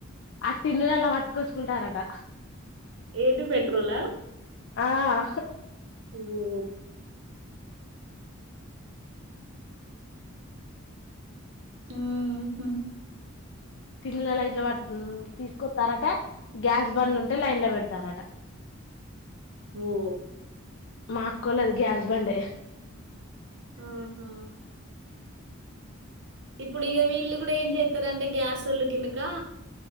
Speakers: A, on the left; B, on the right.
A: ఆ టిన్నులల్ల వట్టుకొచ్చుకుంటారట
B: ఏంటి పెట్రోలా
A: ఆ హ్
B: వో ఊమ్ హు
A: టిల్లులల్ల ఇట్ల తీసుకొత్తారట గ్యాస్ బండ్లుంటే లైన్ల వెడతారట
B: వో
A: మా అక్కోల్లది గ్యాస్ బండే
B: ఆహా ఇప్పుడు ఇగ వీళ్ళు గూడ ఏం చేత్తారంటే గ్యాస్ ఒళ్లు గినకా